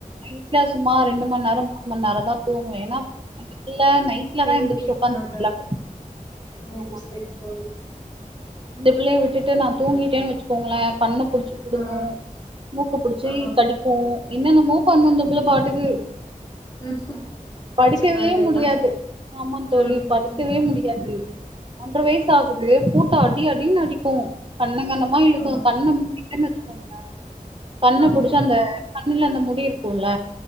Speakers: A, on the right; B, on the left.
A: நைட்ல சும்மா
B: ம்
A: ரெண்டு மணி நேரம் மூணு மணி நேரதா தூங்கும் ஏன்னா இந்த பிள்ள நைட்லதா
B: பேபி
A: எந்துருச்சு
B: இருக்கனால
A: உக்காந்து <unintelligible>
B: ஓ
A: ஆமா
B: செரி
A: தோழி
B: ம்.
A: இந்த பிள்ளைய விட். விட்டுட்டு நா தூங்கிட்டன் வச்சுங்களே கண்ணு. புடிச்சு புடுஙீகு.
B: ஆ
A: மூக்கு புடிச்சு
B: ஆ
A: கடிக்கு என்னன்னமோ பண்ணும் இந்த புள்ள பாட். இழுக்குது.
B: ம் பச்ச
A: படுக்கவே
B: கலர்லல்லா
A: முடியாது. ஆமா தோழி
B: ம்
A: படுக்கவே முடியாது ஒன்ற வயசு ஆகுது. து போட்டு அடிஅடின்னு அடிக். க்கு. கண்ணங்கண்ணமா இழுக்கு
B: ஆ
A: கண். <unintelligible> குங்களா கண்ண
B: ஆ
A: புடிச்ச அந்த கண்ணுல அந்த முடி இருக்கும்ல